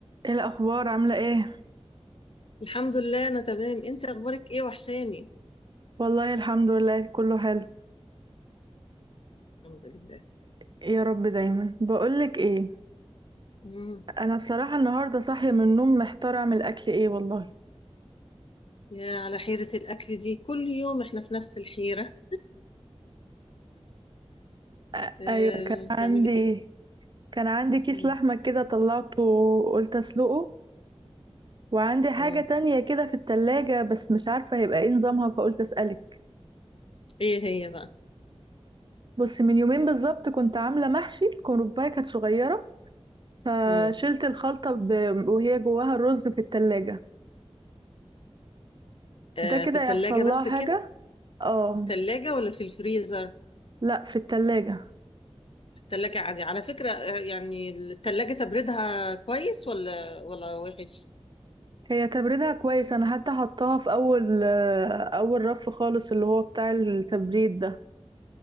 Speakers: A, on the right (about 45°); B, on the left (about 60°).
A: ايه الاخبار عامله ايه
B: الحمد لله انا تمام انت اخبارك ايه وحشاني
A: والله الحمد لله كله حلو
B: الحمد لله
A: يا رب دايما بقولك ايه
B: امم
A: انا بصراحه النهارده صاحيه من النوم محتاره اعمل اكل ايه والله
B: يا على حيرة الاكل دي كل يوم احنا في نفس الحيرة
A: أ-
B: أه...
A: ايوه كان عندي
B: تعملي ايه
A: كان عندي كيس
B: مم.
A: لحمه كده طلعته وقلت اسلقه وعندي حاجه
B: مم.
A: تانية كده في التلاجة بس مش عارفه هيبقى ايه نظامها فقلت اسالك
B: ايه هي بقى
A: بص من يومين بالظبط كنت عامله محشي الكرنبايه كانت صغيره فشلت
B: مم.
A: الخلطه ب... وهي جواها الرز في التلاجة
B: أه...
A: ده كده
B: في التلاجة
A: يحصل لها
B: بس
A: حاجه
B: كده
A: اه
B: في التلاجة ولا في الفريزر
A: لا في التلاجة
B: في التلاجة عادي على فكرة آه، يعني التلاجة تبردها كويس ولا ولا وحش
A: هي تبريدها كويس انا حتى حطاها في اول آه، اول رف خالص اللي هو بتاع التبريد ده